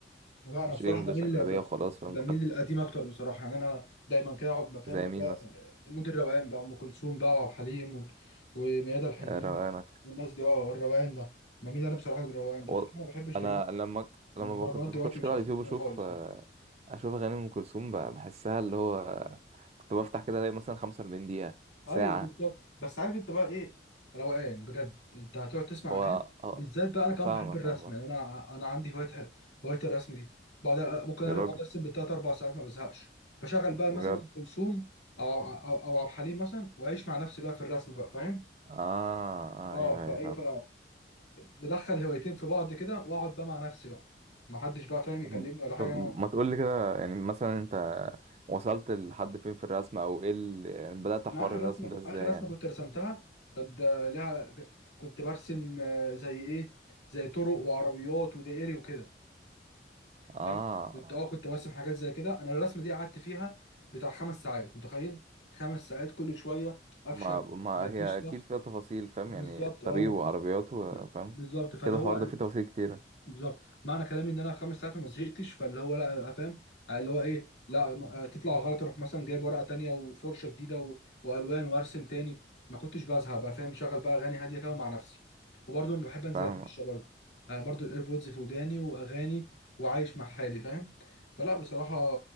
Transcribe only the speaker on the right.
مش
انجلش
اجنبيه
وخلاص فاهم
لغات
زي
مين
مثلا
روقان
و...
انا
لما
لما ب- كنت
بخش
كده
على اليوتيوب اشوف
آه، اشوف اغاني ام كلثوم ب- بحسها اللي هو آه، كنت بفتح كده الاقي مثلا 45 دقيقة ساعة
هو
آه،
فاهمك
يا عمر
يا
راجل
بجد
اه آه،
ايوه ايوه
فاهم
طب
طب ما تقول لي كده يعني مثلا انت وصلت لحد فين في الرسم او ايه اللي يعني بدأت حوار
الرسم
ده ازاي
يعني
اه
ما ما
هي اكيد
فيها تفاصيل فاهم
يعني الطريق
وعربياته
فاهم
كده
الحوار ده فيه تفاصيل كتيرة
فاهمة